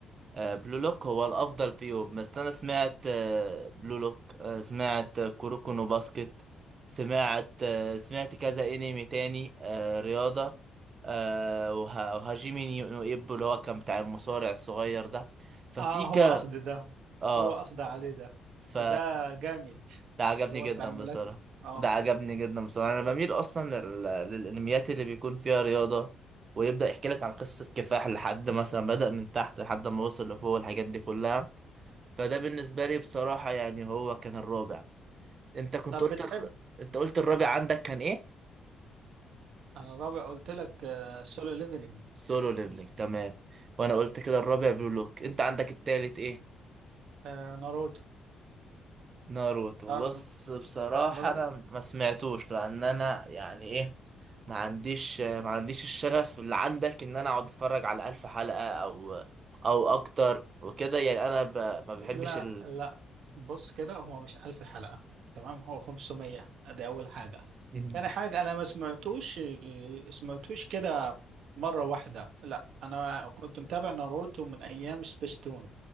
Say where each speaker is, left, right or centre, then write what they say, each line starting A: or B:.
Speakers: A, on the right (about 45°); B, on the right (about 70°).
A: آه، بلو لوك هو الافضل فيهم بس انا سمعت آه، بلو لوك آه، سمعت آه، كوروكو نو باسكت سمعت آه، سمعت كذا انمي تاني آه، رياضة آه، وه- وهاجيمي نيو نو ايبو اللي هو كان بتاع المصارع الصغير ده ففي
B: آه
A: ك
B: هو قصدي ده
A: اه
B: هو قصدي عليه ده
A: ف
B: ده ده جامد
A: ده عجبني
B: اللي هو
A: جدا
B: بتاع الملاكمة
A: بصراحة
B: آه
A: ده عجبني جدا بصراحة انا بميل اصلا لل... للانميات اللي بيكون فيها رياضة ويبدأ يحكي لك عن قصة كفاح لحد مثلا بدأ من تحت لحد ما وصل لفوق الحاجات دي كلها فده بالنسبة لي بصراحة يعني هو كان الرابع انت كنت
B: طب
A: قلت
B: بتحب
A: الر... انت قلت الرابع عندك كان ايه
B: أنا الرابع قلت لك سولو ليفلينج
A: سولو ليفلينج تمام وانا قلت كده الرابع بلو لوك انت عندك التالت ايه
B: آه Solo Leveling. آه، ناروتو
A: ناروتو
B: تعرف
A: بص بصراحة
B: ناروتو
A: انا ما سمعتوش لان انا يعني ايه ما عنديش ما عنديش الشغف اللي عندك ان انا اقعد اتفرج على الف حلقة او او اكتر وكده يعني انا ب... ما بحبش
B: لا
A: ال...
B: لا بص كده هو مش 1000 حلقة تمام هو 500 دي أول حاجة
A: <laughs>
B: تاني حاجة أنا ما سمعتوش سمعتوش كده مرة واحدة لا أنا كنت متابع ناروتو من أيام سبيستون